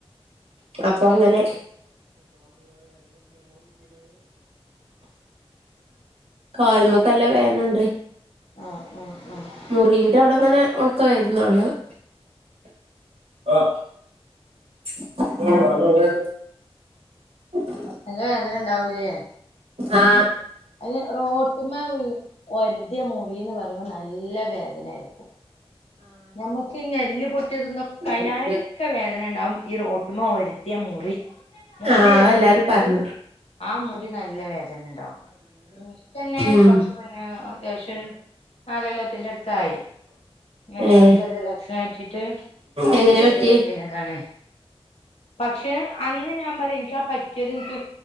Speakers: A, on the right (about 70°); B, on the left (about 75°).
A: അപ്പൊ അങ്ങനെ കാൽമക്കല്ലം വേദനണ്ട്
B: ആഹ് ആഹ് ആഹ്
A: മുറിന്റെ അവിടെ അങ്ങനെ ഒണക്കം വരുന്നുള്ളു <inaudible> <inaudible>
B: നല്ല വേദനണ്ടാവും ലേ
A: ആ
B: അയിന് റോട്ട്മേ വീണ് ഒരുതിയ മുറിന്ന് പറയുമ്പോ നല്ല വേദന ആയിരിക്കും ഞമ്മക്ക് എല്ല് പൊട്ടിയതന്നൊ
A: ആഹ്
B: കായിലാരെക്കെ വേദന ഉണ്ടാവും ഈ റോട്ടുമ്മ ഒരത്തിയ മൂറി മുറി
A: ആഹ്
B: വറ്റണെങ്കിൽ
A: അതെല്ലാരും പറഞ്ഞു
B: ആ മുറി നല്ലവേദ ണ്ടാവും എനിക്കന്നെ
A: ഉം
B: കൊറച്ച് മുന്നേ അത്യാവശ്യം നാലോല്ലത്തിന്റെ അടു ത്തായി ഇങ്ങനെ
A: ഏഹ്
B: ചെറിയ ഒരു മാറ്റിട്ട് പ്ലാസ്റ്റിക്
A: എങ്ങനെ
B: സർജറി
A: പറ്റി
B: ഒക്കെ കഴിഞ്ഞതാണ് പക്ഷെ അന്ന് ഞാൻ പറയും എനിക്കാ പറ്റിയത് ഇനിക്ക്